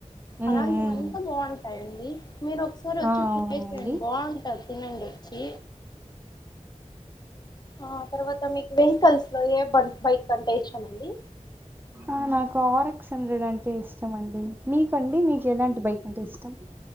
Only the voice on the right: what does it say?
ఉమ్
ఉమ్
ఆ అవునండి
అ నాకు ఆర్ఎక్స్ హండ్రెడ్ అంటే ఇష్టం అండి మీకండి మీకు ఎలాంటి బైక్ అంటే ఇష్టం